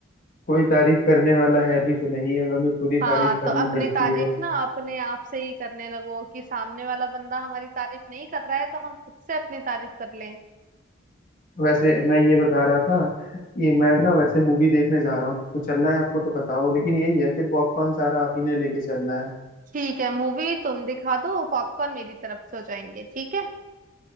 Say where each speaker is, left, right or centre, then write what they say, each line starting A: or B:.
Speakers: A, on the left (about 45°); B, on the right (about 40°).
A: कोई तारीफ करने वाला है भी तो नहीं अब हमें खुद ही
B: हाँ
A: तारीफ करनी
B: तो अपनी
A: पड़ती
B: तारीफ
A: है
B: ना अपने आप से ही करने लगो कि सामने वाला बंदा हमारी तारीफ नहीं कर रहा है तो हम खुद से अपनी तारीफ कर लें
A: वैसे मैं ये बता रहा था कि मैं ना वैसे मूवी देखने जा रहा हूँ तो चलना है आपको तो बताओ लेकिन यही है फिर पॉपकॉर्न सारा आप ही ने लेके चलना है
B: ठीक है मूवी तुम दिखा दो पॉपकॉर्न मेरी तरफ से हो जाएंगे ठीक